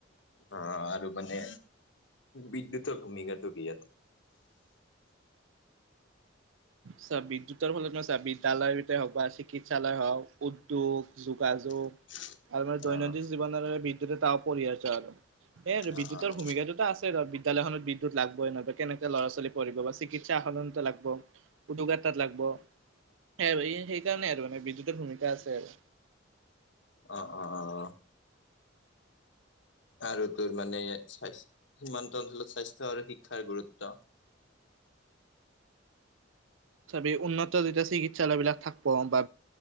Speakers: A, on the left (about 65°); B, on the right (about 75°).
A: অ আৰু মানে বিদ্যুতৰ ভূমিকাটো কি ইয়াত?
B: চোৱা বিদ্যুতৰ ফলত নহয় চোৱা বিদ্যায়ালয়তে হওক বা চিকিৎসালয় হওক, উদ্যোগ, যোগাযোগ
A: <inaudible>
B: আৰু মানে দৈনন্দিন
A: অ',
B: জীৱনৰ বাবে বিদ্যুত এটা অপৰিহাৰ্য আৰু। এটো
A: অ',
B: বিদ্যুতৰ
A: অ',
B: সুবিধাটোত আছে আৰু বিদ্যালয়খনত বিদ্যুত লাগবই ন কেনেকে ল'ৰা ছোৱালী পঢ়িব বা চিকিৎসা সন লাগব। উদ্যোগ এটাত লাগব, সেই আৰু সেইকাৰণে আৰু মানে বিদ্যুতৰ ভূমিকা আছে আৰু।
A: অ অ অ অ। আৰু তোৰ মানে স্ব্থ সীমান্ত অঞ্চলত স্বাস্থ্য আৰু শিক্ষাৰ গুৰুত্ব।
B: তাপি উন্নত যেতিয়া চিকিৎসালয়বিলাক থাকিব বা